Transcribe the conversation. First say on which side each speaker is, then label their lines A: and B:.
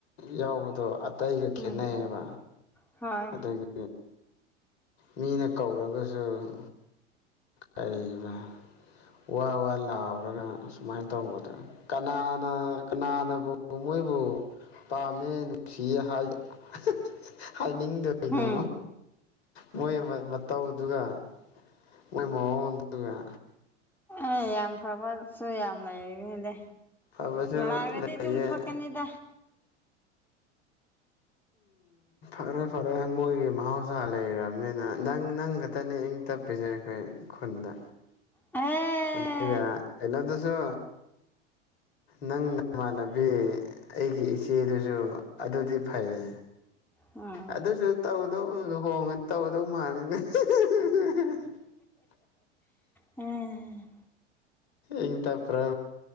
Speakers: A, on the left (about 60°); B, in the centre.
A: ꯌꯥꯎꯕꯗꯣ ꯑꯇꯩꯒ ꯈꯦꯠꯅꯩꯌꯦꯕ
B: ꯎꯝ ꯍꯣꯏ
A: ꯑꯗꯒꯤ ꯃꯤꯅ ꯀꯧꯔꯒꯁꯨ ꯑꯗꯨ ꯀꯩꯕꯥ ꯋꯥ ꯋꯥ ꯂꯥꯎꯔꯒ ꯁꯨꯃꯥꯏꯅ ꯇꯧꯕ ꯀꯅꯥꯅ ꯀꯅꯥꯅꯕꯨ ꯃꯣꯏꯕꯨ ꯄꯥꯝꯃꯦ <unintelligible> ꯅꯤꯡꯗꯣꯏꯅꯣ
B: ꯎꯝ
A: ꯃꯣꯏ ꯃꯇꯧꯗꯨꯒ ꯃꯣꯏ ꯃꯑꯣꯡꯗꯨꯒꯥ
B: ꯑꯦ ꯌꯥꯝ ꯐꯕꯁꯨ ꯌꯥꯝ ꯂꯩꯅꯤꯗ
A: ꯐꯕꯁꯨ
B: ꯂꯥꯛꯔꯗꯤ
A: ꯂꯩꯌꯦ
B: ꯑꯗꯨꯝ ꯐꯀꯅꯤꯗ
A: ꯐꯔꯣꯏ ꯐꯔꯦꯏ ꯃꯣꯏꯒꯤ ꯃꯍꯧꯁꯥ ꯂꯩꯔꯕꯅꯤꯅ ꯅꯪ ꯅꯪ ꯈꯛꯇꯅꯦ ꯏꯪ ꯇꯞꯄꯤꯁꯦ ꯑꯩꯈꯣꯏ ꯈꯨꯟꯗ
B: ꯑꯦ
A: ꯑꯗꯨꯒ ꯀꯩꯅꯣꯗꯁꯨ ꯅꯪ ꯅꯃꯥꯟꯅꯕꯤ ꯑꯩꯒꯤ ꯏꯆꯦꯗꯨꯁꯨ ꯑꯗꯨꯗꯤ ꯐꯩꯌꯦ
B: ꯎꯝ
A: ꯑꯗꯨꯁꯨ ꯇꯧꯗꯧ ꯂꯨꯍꯣꯡꯉꯥꯗꯤ ꯇꯧꯗꯧ ꯃꯥꯜꯂꯤꯅꯦ <unintelligible>
B: ꯎꯝ
A: ꯏꯪ ꯇꯞꯄ꯭ꯔ